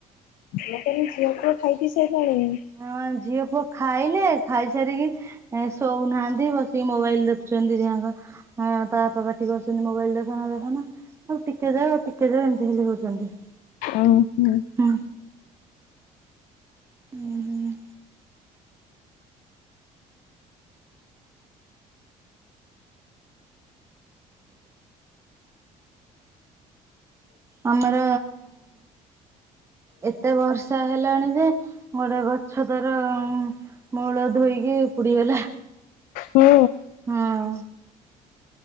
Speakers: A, on the left; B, on the right.
A: ମୁଁ କହିଲି ଝିଅ ପୁଅ ଖାଇ ପିଇ ଶୋଇଲେନି।
B: ହଁ ଝିଅ ପୁଅ ଖାଇଲେ ଖାଇସାରିକି ଶୋଉନାହାନ୍ତି ବସିକି ମୋବାଇଲ ଦେଖୁଛନ୍ତି ଧିଆଙ୍କ। ହଁ ତା ବାପା ପାଟି କରୁଛନ୍ତି ମୋବାଇଲ ଦେଖାନା ଦେଖାନା। ଆଉ ଟିକେ ଯାଉ ଆଉ ଟିକେ ଯାଉ ଏମିତି ଖାଲି ହେଉଛନ୍ତି।
A: ଉଁ ହୁଁ।
B: ହୁଁ। ଉଁ ହୁଁ ଆମର ଏତେ ବର୍ଷା। ହେଲାଣି ଯେ ଗୋଟେ ଗଛ ତାର ମୂଳ ଧୋଇକି ଉପୁଡିଗଲା।
A: ହୁଁ।
B: ହଁ।